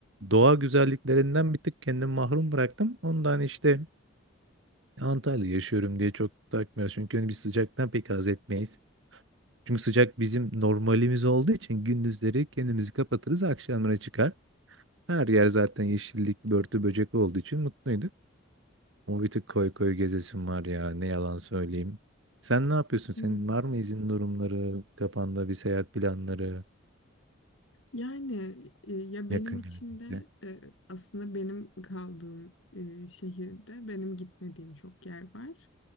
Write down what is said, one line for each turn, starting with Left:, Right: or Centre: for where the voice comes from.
Right: Doğa güzelliklerinden bir tık kendimi mahrum bıraktım. Ondan işte Antalya'da yaşıyorum diye çok takmıyoruz. Çünkü hani biz sıcaktan pek haz etmeyiz. Çünkü sıcak bizim normalimiz olduğu için gündüzleri kendimizi kapatırız, akşamlara çıkar. Her yer zaten yeşillik, börtü, böcek olduğu için mutluyduk. O bir tık koy koy gezesim var ya ne yalan söyleyeyim. Sen ne yapıyorsun?
Left: <laughs>
Right: Senin var mı izin durumları, kafanda bir seyahat planları
Left: Yani e, ya benim
Right: yakın
Left: için
Right: gelecekte?
Left: de e, aslında benim kaldığım e, şehirde benim gitmediğim çok yer var.